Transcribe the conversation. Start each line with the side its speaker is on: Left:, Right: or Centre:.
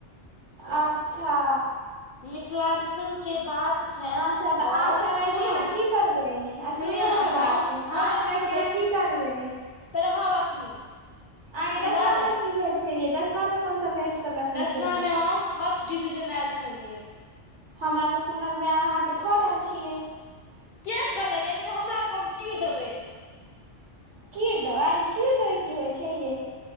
Right: अच्छा।
Left: मिथिलाञ्चलके बात छथि
Right: अच्छा तऽ
Left: हम
Right: आठ टा राखि
Left: सुनू
Right: के अहाँ की करबै आ
Left: सुनियौ
Right: सुनू हमर
Left: ने हम
Right: बात
Left: हमर
Right: आठ
Left: बात
Right: राखि
Left: सुनबै,
Right: के अहाँ की करबै
Left: पहिले हमर बात सुनू
Right: अहाँके
Left: सुनबै
Right: दसमामे की भेल छलियै। दसमामे कोन सब्जेक्ट सब रखने
Left: दसमा
Right: छलियै?
Left: मे हम फर्स्ट डिवीजन आएल छलियै।
Right: हमरा तऽ सुनलमे आएल, अहाँ तऽ थर्ड आएल छियै।
Left: के कहलक? यै कने हमरा कहब हम चीर देबै।
Right: कीर देबै, कीर देब की होइ छै यै।